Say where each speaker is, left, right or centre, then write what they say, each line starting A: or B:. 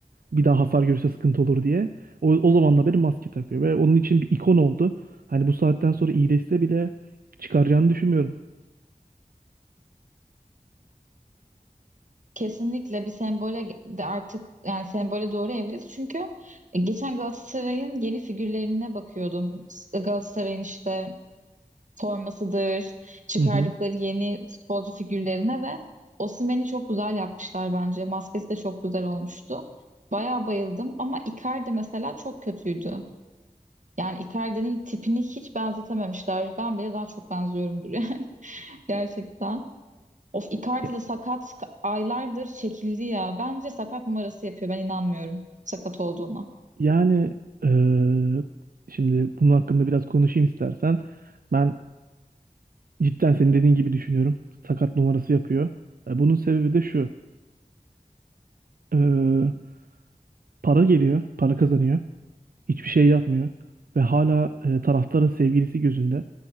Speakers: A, on the right; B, on the right.
A: bir daha hasar görürse sıkıntı olur diye. O, o zamandan beri maske takıyor ve onun için bir ikon oldu. Hani bu saatten sonra iyileşse bile çıkaracağını düşünmüyorum.
B: Kesinlikle bir sembole de artık yani sembole doğru evrildi. Çünkü e, geçen Galatasaray'ın yeni figürlerine bakıyordum. Galatasaray'ın işte formasıdır, çıkardıkları
A: Hı hı.
B: yeni futbolcu figürlerine ve Osimhen'i çok güzel yapmışlar bence. Maskesi de çok güzel olmuştu. Bayağı bayıldım ama Icardi mesela çok kötüydü. Yani Icardi'nin tipini hiç benzetememişler. Ben bile daha çok benziyorumdur <laughs> yani gerçekten. Of Icardi
A: E,
B: de sakat aylardır çekildi ya. Bence sakat numarası yapıyor. Ben inanmıyorum sakat olduğuna.
A: Yani eee, şimdi bunun hakkında biraz konuşayım istersen. Ben cidden senin dediğin gibi düşünüyorum. Sakat numarası yapıyor. E, bunun sebebi de şu. Eee, para geliyor, para kazanıyor. Hiçbir şey yapmıyor. Ve hala e, taraftarın sevgilisi gözünde.